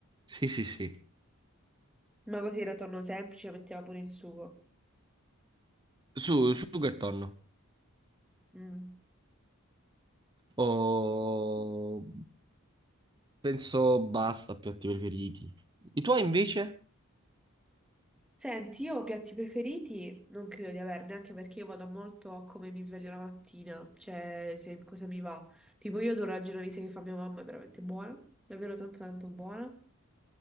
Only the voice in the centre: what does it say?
Ma così era tonno semplice, metteva pure il sugo.
Mm.
Senti, io ho piatti preferiti non credo di averne, anche perché io vado molto a come mi sveglio la mattina, cioè se cosa mi va. Tipo io adoro la genovese che fa mia mamma, è veramente buona, davvero tanto tanto buona.